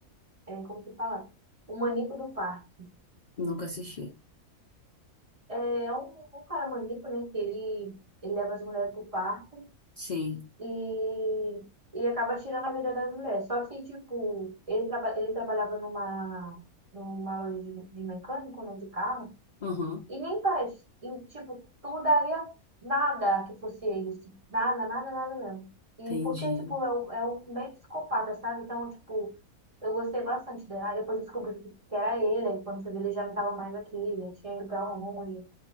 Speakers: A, on the right; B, on the left.
A: É, é como que fala? O Manico do Parque.
B: Nunca assisti.
A: É um, um cara manico, né? Que ele, ele leva as mulheres pro parque
B: Sim.
A: e, e acaba tirando a vida das mulheres. Só que, tipo, ele, traba, ele trabalhava numa, numa loja de, de mecânico, né? De carro.
B: Uhum.
A: E nem parece. E, tipo, tu daria nada que fosse ele. assim. Nada, nada, nada mesmo. E
B: Entendi.
A: porque, tipo, é um, é um meio psicopata, sabe? Então, tipo, eu gostei bastante dela. Aí Depois eu descobri que era ele. Aí quando foi ver, ele já não tava mais aqui, já tinha ido pra longe.